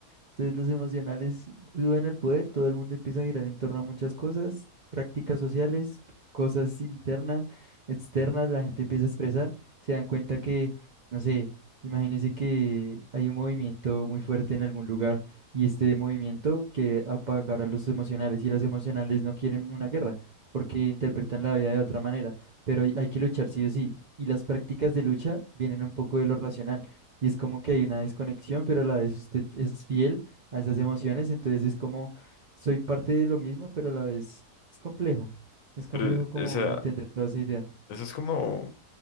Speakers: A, on the right (about 55°); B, on the left (about 65°).
A: Entonces los emocionales suben el poder, todo el mundo empieza a girar en torno a muchas cosas, prácticas sociales, cosas internas, externas, la gente empieza a expresar, se dan cuenta que, no sé, imagínense que hay un movimiento muy fuerte en algún lugar y este movimiento que apagar a los emocionales y los emocionales no quieren una guerra porque interpretan la vida de otra manera, pero hay, hay que luchar sí o sí. Y las prácticas de lucha vienen un poco de lo racional. Y es como que hay una desconexión, pero a la vez usted es fiel a esas emociones, entonces es como soy parte de lo mismo, pero a la vez es complejo, es complejo
B: Pero,
A: como
B: o sea,
A: entender toda esa idea,
B: eso es como,
A: ¿no?